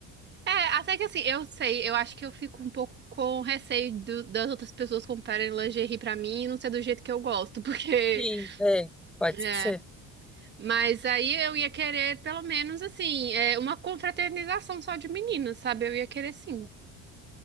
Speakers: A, on the right; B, in the centre.
A: é, até que assim, eu sei, eu acho que eu fico um pouco com receio do- das outras pessoas comprarem lingerie pra mim e não ser do jeito que eu gosto, <laughs> porque
B: Sim, é, pode
A: é,
B: ser.
A: mas aí eu ia querer pelo menos assim, é, uma confraternização só de meninas, sabe? Eu ia querer sim.